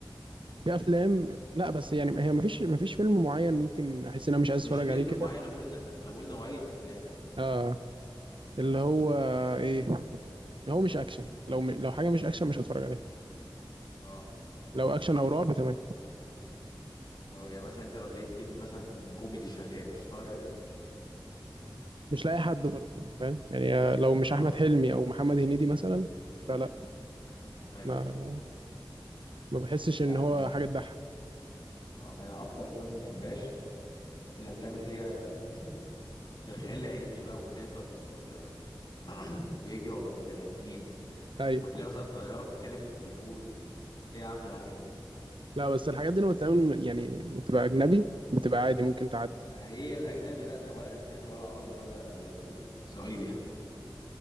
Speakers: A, on the right; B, on the left.
A: في افلام لا بس يعني هي ما فيش ما فيش فيلم معين ممكن احس ان انا مش عايز
B: مش
A: اتفرج
B: فيلم
A: عليه كده
B: معين انا بقول انا بقول نوعيه افلام
A: اه اللي هو ايه اللي هو مش اكشن لو م... لو حاجه مش اكشن مش هتفرج عليه
B: اه
A: لو اكشن او رعب تمام
B: لو- يعني مثلا انت لو لقيت فيلم مثلا كوميدي شغال مش هتتفرج عليه
A: مش لاقي حد برضه فاهم يعني آه، لو مش
B: اه
A: احمد حلمي او محمد هنيدي مثلا فلا
B: ايوه
A: ما ما بحسش
B: لا
A: ان هو
B: انا
A: حاجه تضحك
B: آه، انا اكتر افلام ما بحبهاش الافلام اللي هي <clears throat> الخيال العلمي بقى وتلاقي الديناصور <clears throat> بيجري ورا بني ادمين
A: ايوه
B: وتلاقي مثلا طياره بتتكلم في التليفون ايه يا عم الحاجات دي
A: لا بس الحاجات دي لما بتتعمل من- يعني بتبقى اجنبي بتبقى عادي ممكن تعدي
B: انا ايه الاجنبي لا انا ولا اجنبي ولا عربي ولا ش- صعيدي حتى